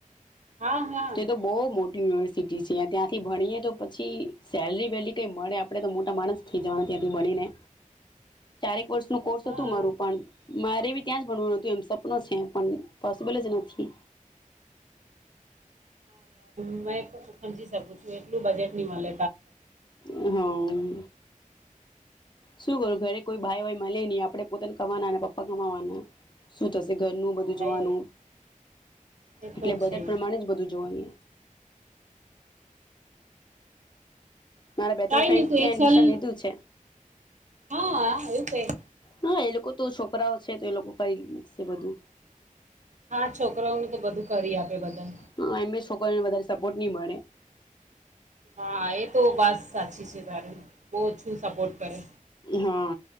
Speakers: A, on the right (about 60°); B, on the left (about 35°).
A: હા હા
B: તે તો બહુ મોટું યુનિવર્સિટી છે ત્યાંથી ભણીએ તો પછી સેલરી વેરી કઈ મળે આપડણે તો મોટા માણસ થઇ જવાના ત્યાંથી મળી ને ચારેક વર્ષ નું કોર્સ
A: હા
B: હતું મારું પણ મારે ત્યાં ભવાનું હતું એમ સપ્નું છે પણ પોસિબલ જ નથી
A: ં સમજી શકું છું એટલું બજેટ ની મળ
B: હમ શું કરું ઘરે કોઈ ભાઈ ભાઈ મળે નહી આપડણે પોતાને કમાના પપ્પા કમાવાના શું થશે ઘરનું બધું
A: હા
B: જોવાનું
A: એ એ
B: એટલે
A: તો
B: બધ
A: છે
B: જ પ્રમાણે જ બધું જોવાનું મારા બે
A: કઈ
B: ત્રણ ફ્રેન્ડસ
A: નહી તું
B: ત્યાં
A: એક
B: એડમિશન
A: સાલ
B: લીધું છે
A: હા એવું જાય
B: હા એ લોકો તો છોકરાઓ છે તો એ લોકો કરીકશે બધું
A: હા છોકરોઓનું તો બધું કરી આપે બધા
B: હા એમને વધારે સપોર્ટ નહી મળે
A: હા એ તો બસ સાક્ષી સધારે બહ છું સપોર્ટ કરે
B: હા